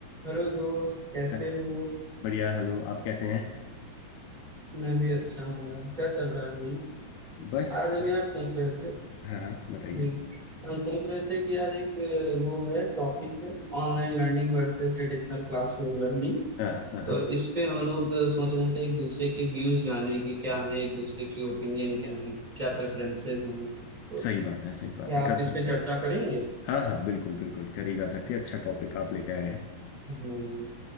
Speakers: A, on the right; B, on the left.
A: Hello दोस्त कैसे
B: अ,
A: हो
B: बढ़िया हेलो आप कैसे हैं
A: मैं भी अच्छा हूँ यार क्या चल रहा है भाई
B: बस
A: आज हम यार सोच रहे थे
B: हाँ हाँ बताइए
A: जी हम सोच रहे थे कि यार एक अ, वो है टॉपिक है online learning versus traditional classroom learning
B: हाँ हाँ हाँ हाँ,
A: तो इस पे हम लोग अ, सोच रहे थे एक दूसरे के व्यूज जानने के क्या है एक दूसरे के ओपिनियन क्या है क्या प्रेफरेंसेस
B: स-
A: हैं तो
B: सही बात है सही
A: क्या
B: बात है
A: आप
B: कर
A: इस
B: सकते
A: पे चर्चा
B: हैं
A: करेंगे
B: हाँ हाँ बिल्कुल बिल्कुल करी जा सकती है अच्छा टॉपिक आप लेके आए हैं
A: हम्म,